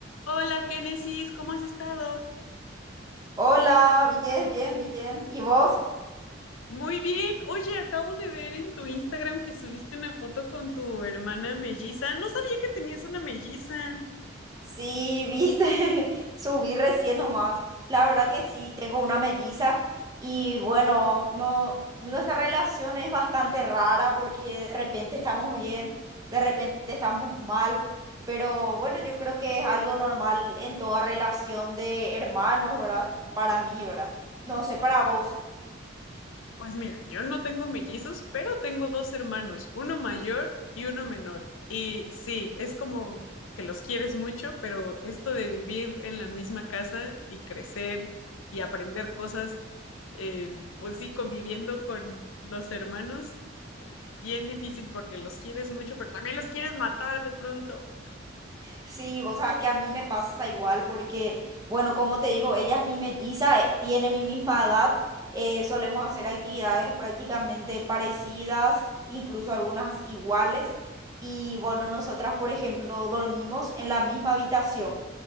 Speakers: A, on the left; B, on the right.
A: Hola Génesis, ¿cómo has estado?
B: Hola, bien, bien, bien. ¿Y vos?
A: Muy bien. Oye, acabo de ver en tu Instagram que subiste una foto con tu hermana melliza. No sabía que tenías una melliza.
B: Sí, viste, <laughs> subí recién nomás. La verdad que sí, tengo una melliza y bueno, no, nuestra relación es bastante rara porque de repente estamos bien, de repente estamos mal, pero bueno, yo creo que es algo normal en toda relación de hermanos, ¿verdad? Para mí, ¿verdad? No sé, para vos.
A: Pues mira, yo no tengo mellizos, pero tengo dos hermanos, uno mayor y uno menor. Y sí, es como que los quieres mucho, pero esto de vivir en la misma casa y crecer y aprender cosas, eh, pues sí, conviviendo con los hermanos, es bien difícil porque los quieres mucho, pero también los quieres matar de pronto.
B: Sí, vos sabes que a mí me pasa igual porque, bueno, como te digo, ella es mi melliza, eh, tiene mi misma edad, eh, solemos hacer actividades prácticamente parecidas, incluso algunas iguales, y bueno, nosotras, por ejemplo, dormimos en la misma habitación.